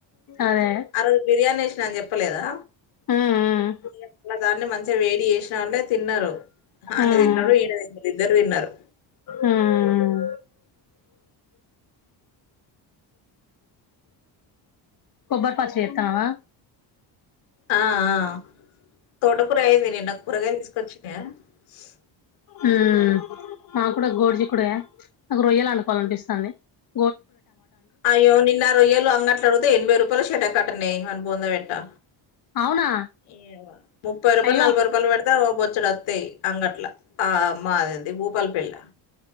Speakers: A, on the left (about 45°); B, on the left (about 85°).
A: అదే
B: ఆ రోజు బిర్యానీ చెసినా అని చెపు చెప్పలేదా
A: ఉమ్
B: ఈ మళ్ళ దాన్ని మంచిగా వేడి చేసిన వాంటే తిన్నారు ఆయన
A: ఉమ్
B: తిన్నారు ఈయన ఇద్దరు తిన్నారు
A: ఉమ్ కొబ్బరిపచ్చడి చేత్తన్నావా
B: ఆ ఆ తోట కూర అయిింది నిన్న కూరగాయలుతీసుకొచ్చి తెమ <unintelligible>
A: ఉ మాకుడ గోరుజీకుడు కాయనా <unintelligible>
B: అయ్యో నిన్న రొయ్యలు అంగట్లాడితే ఎనభై రూపా పలుసటే కట్టనే అన్ని బొంద బెట్టా
A: అవునా
B: ఏ ముప్పై రూపాయలు
A: అయ్యో
B: నలభై రూపాయలు పడ ఇద్ద బొచ్చడు వత్తాయి అంగట్ల ఆ అమ్మా అది భూపాల పెళ్లి